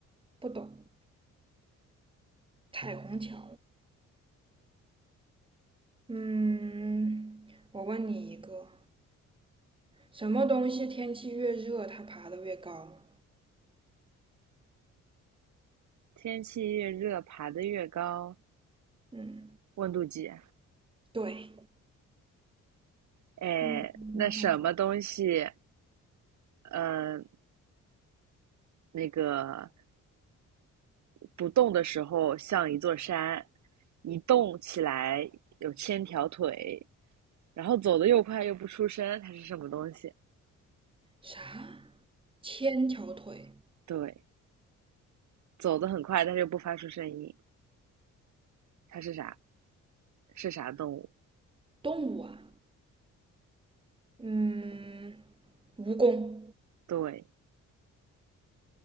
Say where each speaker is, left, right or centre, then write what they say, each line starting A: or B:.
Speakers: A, on the right; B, on the right.
A: 不懂。彩虹桥。嗯，我问你一个，什么东西天气越热，它爬得越高？
B: 天气越热，爬得越高，
A: 嗯，
B: 温度计。
A: 对。
B: 哎，
A: 嗯，
B: 那什么东西，
A: 啊
B: 呃，那个不动的时候像一座山，一动起来有千条腿，然后走得又快又不出声，它是什么东西？
A: 啥？千条腿
B: 对，走得很快，但是又不发出声音，它是啥？是啥动物？
A: 动物啊？嗯，蜈蚣。
B: 对，